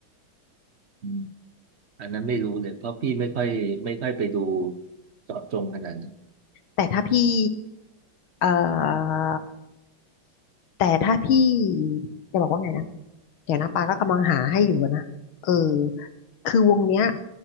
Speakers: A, on the right; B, on the left.
A: อืมอันนั้นไม่รู้เลยเพราะพี่ไม่ค่อยไม่ค่อยไปดูเจาะจงขนาดนั้น
B: แต่ถ้าพี่เอ่อแต่ถ้าพี่จะบอกว่าไงนะ เดี๋ยวนะปาก็กำลังหาให้อยู่อะนะเออคือวงเนี้ย